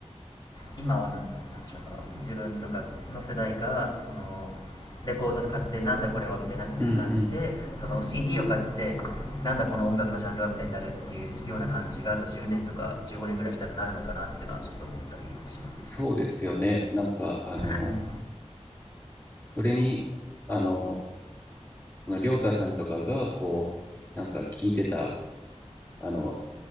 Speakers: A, on the left (about 35°); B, on the left (about 15°).
A: 今は何なんなんでしょうその自分とかの世代がそのレコード買ってなんだこれはみたいになってる感じでその
B: うんうん。
A: CD を買ってなんだこの音楽のジャンルはみたいになるっていうような感じがあと10年とか15年ぐらいしたらなるのかなっていうのはちょっと思ったりします、
B: そうですよね。なんか、あの、
A: うんうんうん、
B: それに、あの、その、りょうたさんとかが、こう、なんか聞いてた、あの、